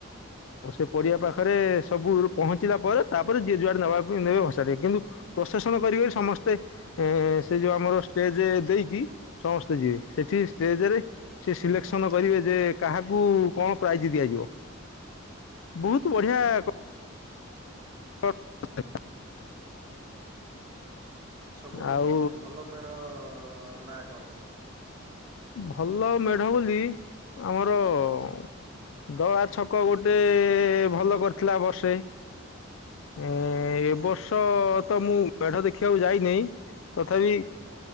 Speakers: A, on the left; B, on the right.
A: ସେ ପଡ଼ିଆ
B: ଆଜ୍ଞା।
A: ପାଖରେ ସବୁ ରୁ ପହଞ୍ଚିଲା ପରେ, ତାପରେ ଯିଏ ଯୁଆଡ଼େ ନେବା ପାଇଁ ନେବେ ଭସାଡି କିନ୍ତୁ, ପ୍ରସେସନ କରିବେ ସମସ୍ତେ। ଏଁ ସେ ଯୋଉ ଆମର ଷ୍ଟେଜ୍ ଦେଇକି ସମସ୍ତେ ଯିବେ। ସେଠି ଷ୍ଟେଜ୍ ରେ ସେ ସିଲେକ୍ସନ୍ କରିବେ ଯେ କାହାକୁ କଣ ପ୍ରାଇଜ ଦିଆଯିବ? ବହୁତ ବଢିଆ କ <inaudible>
B: ସବୁଠୁ
A: ଆଉ
B: ଭଲ ମେ଼ଢ-ଅ ନାଁ କଣ?
A: ଭଲ ମେଢ ବୋଲି ଆମର-ଅଁ ଦଳା ଛକ ଗୋଟେ-ଏ ଭଲ କରିଥିଲା ବର୍ଷେ। ଏଁ -ଏବର୍ଷ ତ ମୁଁ ମେଢ ଦେଖିବାକୁ ଯାଇନେଇଁ। ତଥାପି,